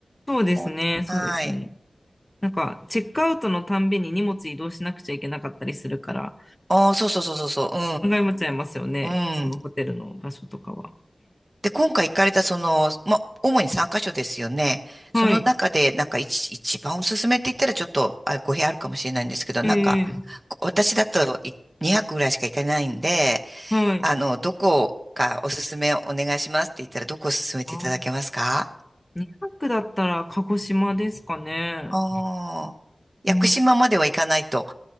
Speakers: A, on the left; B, on the right.
A: そうですね、
B: おはい。
A: そうですね。なんか、チェックアウトのたんびに荷物移動しなくちゃいけなかったりするから、
B: ああ、そうそうそうそうそう。
A: 考えもちゃいますよね、
B: うん。
A: そのホテルの場所とかは。
B: うん。で、今回行かれたその、ま、主に3カ所ですよね。
A: はい。
B: その中で、なんか一、一番おすすめって言ったらちょっと、あ、語弊あるかもしれないんですけど、
A: ええ、
B: なんか、こ私だとい2泊ぐらいしか行かないんで、
A: はい。
B: あの、どこかおすすめお願いしますって言ったら、どこを勧めていただけますか
A: あー、2泊だったら鹿児島ですかね。
B: ああー、
A: うん。
B: 屋久島までは行かないと。